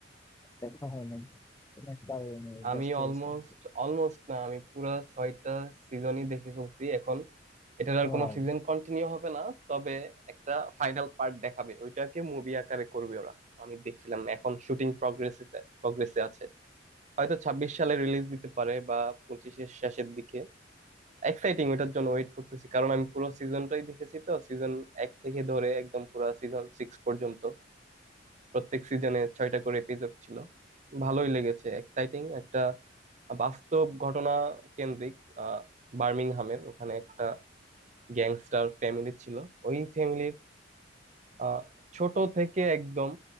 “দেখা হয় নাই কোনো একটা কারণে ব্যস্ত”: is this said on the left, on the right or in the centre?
Left